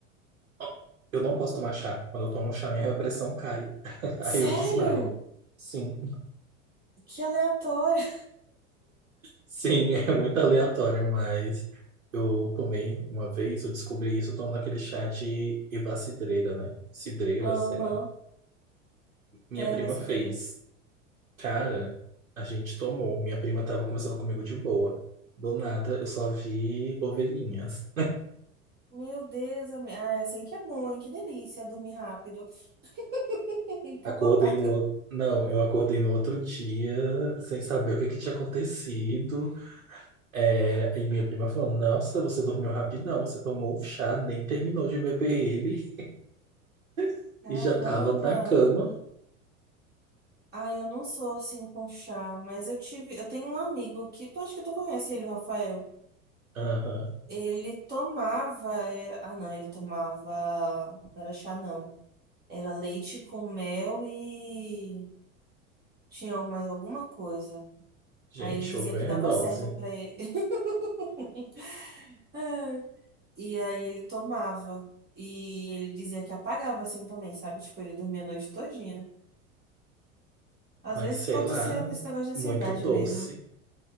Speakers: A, on the right; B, on the right.
A: Ó, Eu não posso tomar chá. Quando eu tomo chá, minha pressão cai. <laughs>
B: Sério?
A: Aí eu desmaio. Sim,
B: Que aleatório.
A: sim, <laughs> é muito aleatório, mas eu tomei uma vez, eu descobri isso tomando aquele chá de eva cidreira, né? Cidreira,
B: <laughs> Aham.
A: sei lá. Minha
B: Erva
A: prima
B: cidreira.
A: fez. Cara, a gente tomou. Minha prima tava conversando comigo de boa. Do nada, eu só vi ovelhinhas.
B: Meu Deus, ami- ah, é assim que é bom, hein? Que delícia dormir rápido. <laughs> E Capotar.
A: Acordei no outro. Não, eu acordei no outro dia sem saber o que é que tinha acontecido. É... E minha prima falou: Nossa, você dormiu rapidão, você tomou o chá, nem terminou de beber ele <laughs>
B: Caramba.
A: e já tava na cama.
B: Ah, eu não sou assim com chá, mas eu tive, eu tenho um amigo que tu acho que tu conhece ele, o Rafael.
A: Aham.
B: Ele tomava, era, ah não, ele tomava, não era chá não. Era leite com mel e tinha mais alguma coisa.
A: Gente,
B: Aí ele dizia
A: overdose.
B: que dava certo pra ele. <laughs> Ai, E aí ele tomava. E ele dizia que apagava assim também, sabe? Tipo, ele dormia a noite todinha. Às
A: Mas
B: vezes
A: sei
B: pode
A: lá,
B: ser nesse negócio de ansiedade
A: muito doce.
B: mesmo.